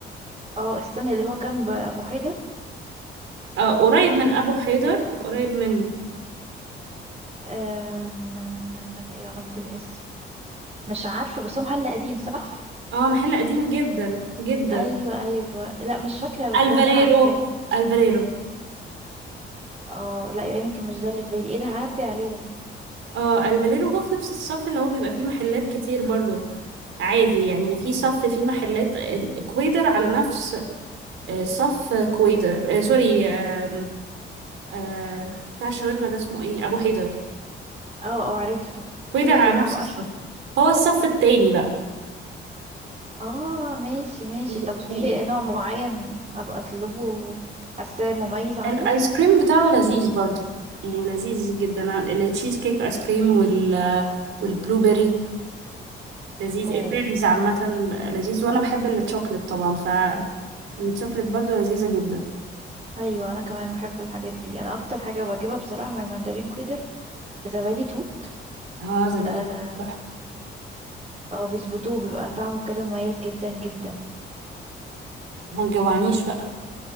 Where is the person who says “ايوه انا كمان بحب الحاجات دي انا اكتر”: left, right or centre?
Right